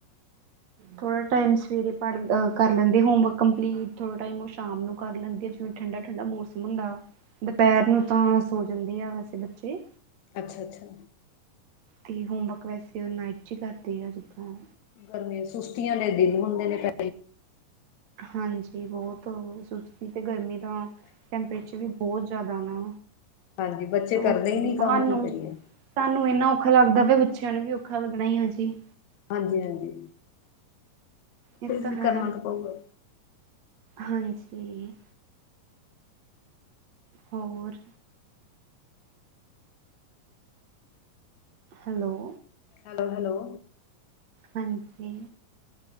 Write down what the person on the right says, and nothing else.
ਥੋੜਾ ਟਾਈਮ ਸਵੇਰੇ ਪਰ ਅ, ਕਰ ਲੈਂਦੀ ਹੋਮਵਰਕ ਕੰਪਲੀਟ ਥੋੜ੍ਹਾ ਟਾਈਮ ਓ ਸ਼ਾਮ ਨੂੰ ਕਰ ਲੈਂਦੀ ਆ ਜਿਵੇਂ ਠੰਡ- ਠੰਡਾ ਮੌਸਮ ਹੁੰਦਾ। ਦੋਪਹਿਰ
ਨੂੰ
ਤਾਂ ਸੋ ਜਾਂਦੇ ਆ ਵੈਸੇ ਬੱਚੇ।
ਤੇ ਹੋਮੰਵਰਕ ਵੈਸੇ ਓ ਨਾਈਟ ਚ ਈ ਕਰਦੇ ਆ ਜਿੱਦਾ।
ਹਾਂਜੀ, ਬੋਤ ਸੁਸਤੀ ਤੇ ਗਰਮੀ ਦਾ ਟੈਂਪਰੇਚਰ ਵੀ ਬੋਤ ਜਾਦਾ ਨਾ
ਤਾਂ
ਸਾਨੂੰ
ਸਾਨੂੰ ਏਨਾ ਔਖਾ ਲੱਗਦਾ ਪੈ, ਬੱਚੇਆਂ ਨੂੰ ਵੀ ਔਖਾ ਲੱਗਣਾ ਈ ਆ ਜੀ।
ਇਹ
ਹੈ
ਹਾਂਜੀ। ਹੋਰ? ਹੈਲੋ
ਹਾਂਜੀ।